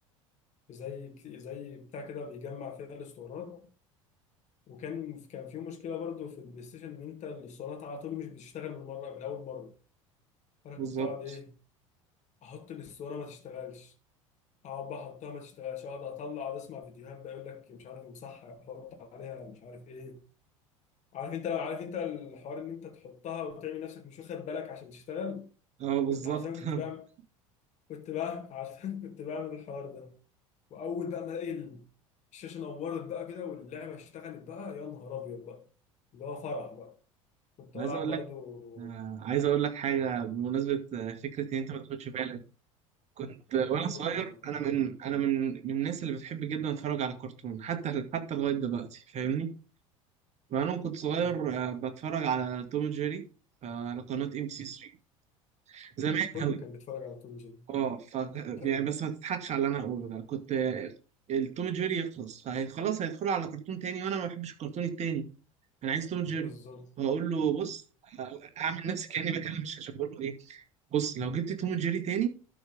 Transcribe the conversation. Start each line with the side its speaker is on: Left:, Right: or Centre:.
Left: في زي زي بتاع كده بيجمع فيها الاسطوانات وكان كان في مشكله برضو في البلاي ستيشن ان انت الاسطوانات على طول مش بتشتغل من مره من اول مره فانا
Right: بالظبط
Left: كنت اقعد ايه احط الاسطوانه ما تشتغلش اقعد بقى احطها ما تشتغلش اقعد اطلع اقعد اسمع فيديوهات بقى يقول لك مش عارف امسحها حط عليها مش عارف ايه عارف انت لو عارف انت الحوار ان انت تحطها وتعمل نفسك مش واخد بالك عشان تشتغل
Right: اه بالظبط
Left: كنت عارفين كنت بعمل
Right: <laughs>
Left: كنت بعمل عارفين <laughs> كنت بعمل الحوار ده واول بقى ما الاقي الشاشه نورت بقى كده واللعبه اشتغلت بقى يا نهار ابيض بقى اللي هو فرح بقى كنت
Right: عايز
Left: بلعب
Right: اقول
Left: برضو
Right: لك آه، عايز اقول لك حاجه بمناسبه آه، فكره ان انت ما تاخدش بالك كنت آه، وانا
Left: قول
Right: صغير
Left: لي طبعا
Right: انا من انا من من الناس اللي بتحب جدا اتفرج على كرتون حتى حتى لغايه دلوقتي فاهمني فانا كنت صغير
Left: مم.
Right: آه، بتفرج على توم وجيري آه، على قناه ام بي سي 3 زمان
Left: كله
Right: قوي
Left: كان بيتفرج على توم جيري
Right: اه ف
Left: ايوه
Right: يعني بس ما تضحكش على اللي انا هقوله ده كنت آه، التوم جيري يخلص فخلاص هيدخلوا على كرتون تاني وانا ما بحبش الكرتون التاني انا عايز توم جيري
Left: بالظبط
Right: فاقول له بص اعمل نفسي كاني بكلم الشاشه بقول له ايه بص لو جبت توم جيري تاني